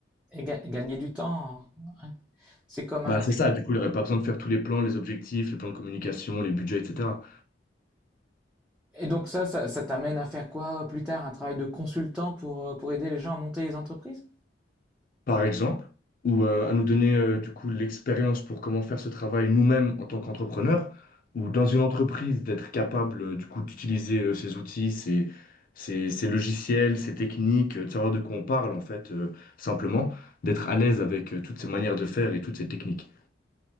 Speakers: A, in the centre; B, on the left.
A: et ga- gagner du temps. hein. Ouais. C'est comme
B: Bah,
A: un...
B: c'est
A: c'est-
B: ça, du coup, il n'aurait pas besoin de faire tous les plans, les objectifs, les plans de communication, les budgets, etc.
A: Et donc ça, ça, ça t'amène à faire quoi plus tard? Un travail de consultant pour, euh, pour aider les gens à monter les entreprises?
B: par exemple, ou euh, à nous donner euh, du coup l'expérience pour comment faire ce travail nous-mêmes en tant qu'entrepreneurs, ou dans une entreprise d'être capable euh, du coup d'utiliser euh, ces outils, ces, ces, ces logiciels, ces techniques, euh, de savoir de quoi on parle en fait, euh, simplement, d'être à l'aise avec euh, toutes ces manières de faire et toutes ces techniques.